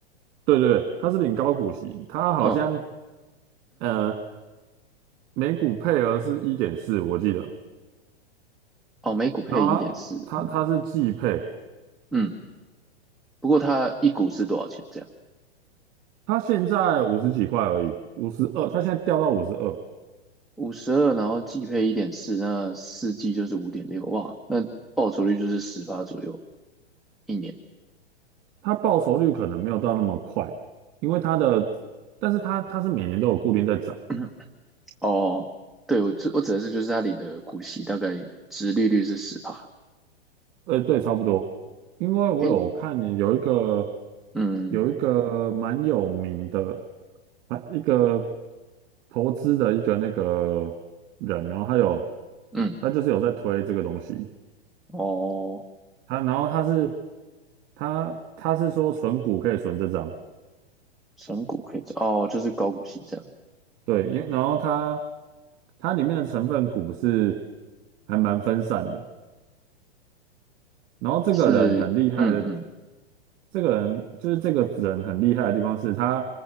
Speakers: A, on the right; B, in the centre.
A: 对对对，它是领高股息，它好像。
B: 嗯，
A: 呃。每股配额是一点四，我记得。
B: 哦，每股配一点四。
A: 然后它它它是季配，
B: 嗯嗯，不过它一股是多少钱？这样
A: 它现在五十几块而已，五十二，它现在掉到五十二，
B: 五十二，五十二然后季配一点四，那四季就是五点六。哇，那报酬率就是十八左右一年。
A: 它报酬率可能没有到那么快，因为它的，但是它它是每年都有固定在涨，
B: <laughs> <clears throat> 哦，对，我指我指的是就是他领的股息大概殖利率是十趴。
A: 呃，对，差不多。因为我有看有一个
B: 诶，嗯
A: 有一个蛮有名的啊一个投资的一个那个人，然后他有
B: 嗯，
A: 他就是有在推这个东西。
B: 哦，
A: 他然后他是他他是说存股可以存这张，
B: 存股可以这哦，就是高股息这样，
A: 对，因然后他他里面的成分股是还蛮分散的。然后这个人很厉害的，
B: 是，嗯嗯
A: 这个人就是这个人很厉害的地方是他